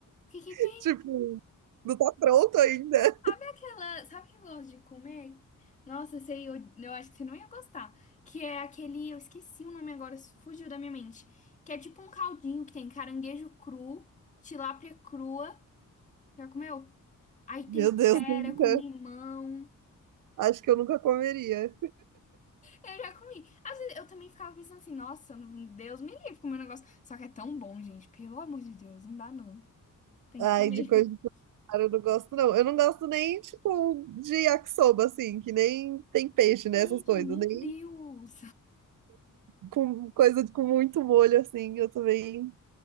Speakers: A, on the left; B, on the right.
A: que que
B: <laughs>
A: tem?
B: Tipo, não tá pronto ainda.
A: Sabe aquela. Sabe o que eu gosto de comer? Nossa, eu sei, eu, eu acho que você não ia gostar. Que é aquele. Eu esqueci o nome agora, fugiu da minha mente. Que é tipo um caldinho que tem caranguejo cru, tilápia crua. Já comeu? Aí
B: Meu
A: tempera
B: Deus, nunca.
A: com limão.
B: Acho que eu nunca comeria.
A: Eu já comi. Às vezes eu também ficava pensando assim, nossa, não- Deus me livre comer um negócio. Só que é tão bom, gente. Pelo amor de Deus, não dá não. Tem
B: Ai,
A: que comer.
B: de coisa
A: <laughs>
B: de mar eu não gosto, não. Eu não gosto nem, tipo, de yakisoba, assim, que nem tem peixe, né?
A: Sério,
B: Essas coisas.
A: meu
B: Nem
A: Deus.
B: com coisa de- com muito molho, assim, eu também